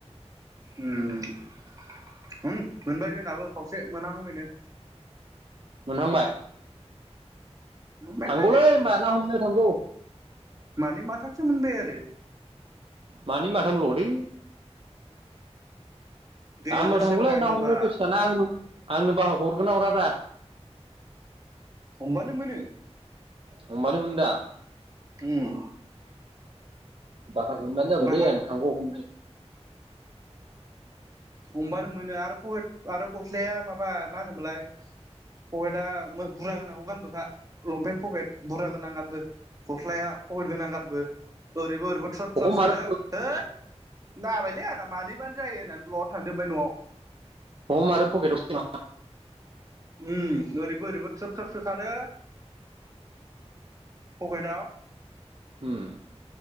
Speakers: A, on the right; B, on the right.
A: उम मोनबाय जोंबो खावसे मोन हमैनो
B: मोनहांबाय
A: मोनबाय
B: थांगौलै
A: माने
B: होमबा ना हमनो थांगौ
A: मानै माथामसो मोनबाय आरो
B: मानै माथामल थै
A: दैयानो
B: आंबो थागौलै
A: सेरमायबोबा
B: दसे थाना आंनो बाहागो हरगोन हराब्रा
A: हमबानो मोनो
B: हमबानो मोनोदा
A: उम
B: बाहा हमबानो जाबायलै
A: ओमफ्राय हा
B: आं थांगौ हमनो
A: हमबानो मोनो आरो पहे आरो गस्लाया माबा मा होनोमोनलाय पकेटा बुरजा गोनांखौ गानबोखा लंपेन्ट पकेट बुरजा गोनां गानबो गस्लाया पकेत गोनां गानबो ओरैबो ओरैबो थ्राब थ्राब
B: हम
A: सोदो
B: आरो
A: होय जाबायलै आंना मानैबानो जायो होननानै ब्लद थांदोबाय न'आव
B: हम आरो पकेटआव
A: उम ओरैबो ओरैबो थ्रोब थ्रोब सोखादो पकेदाव
B: उम